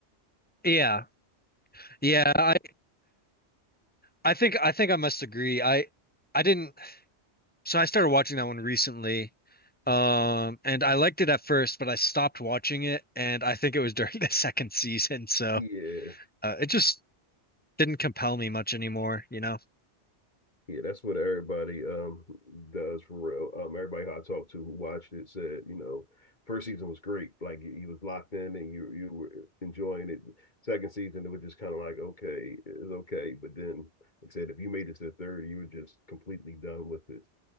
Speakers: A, on the left; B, on the left.
A: Yeah. Yeah, I I think I think I must agree. I I didn't so I started watching that one recently. Um and I liked it at first, but I stopped watching it and I think it was during <laughs> the second season, so
B: Yeah,
A: uh, it just didn't compel me much anymore, you know.
B: Yeah, that's what everybody um does for real. Um, everybody who I talked to who watched it said, you know, first season was great. Like you, you was locked in and you you were enjoying it. Second season, it was just kind of like okay, it's okay. But then, like I said, if you made it to the third, you were just completely done with it.